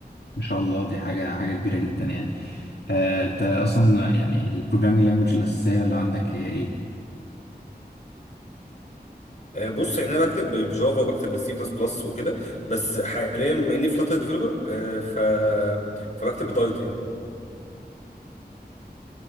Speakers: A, on the left (about 70°); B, on the left (about 45°).
A: ما شاء الله دي حاجه حاجه كبيره جدا يعني آه، انت اصلا يعني البروجرامينج لانجوج الاساسيه اللي عندك هي ايه
B: آه، بص يعني انا بكتب بجافا وبكتب بالسي بلس بلس وكده بس حاليا بما اني فلاتر ديفلوبر ف فبكتب بدارت يعني